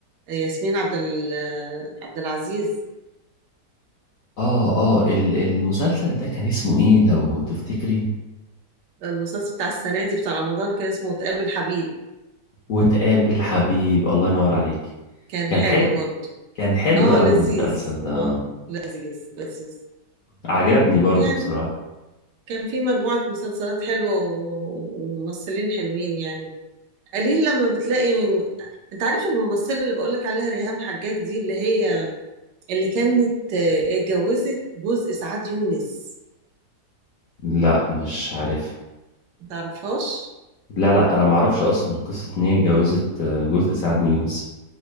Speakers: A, on the right (about 80°); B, on the left (about 60°).
A: ياسمين عبد ال... آه، عبد العزيز
B: اه اه ال- المسلسل ده كان اسمه ايه لو تفتكري
A: المسلسل بتاع السنة دي بتاع رمضان كان اسمه تقابل حبيب
B: وتقابل الحبيب الله ينور عليك
A: كان
B: كان
A: حلو
B: حلو
A: برضه
B: كان حلو
A: اه
B: أوي
A: لذيذ
B: المسلسل ده آه،
A: اه لذيذ لذيذ
B: عجبني برضو
A: يعني
B: بصراحة
A: كان في مجموعة مسلسلات حلوة و- وممثلين حلوين يعني قليل لما بتلاقي انت عارف الممثلة اللي بقولك عليها ريهام حجاج دي اللي هي اللي كانت آه، اتجوزت جوز إسعاد يونس
B: لا مش عارف
A: متعرفهاش
B: لا لا انا ما اعرفش اصلا قصه ان هي اتجوزت آه، جزء سعد يونس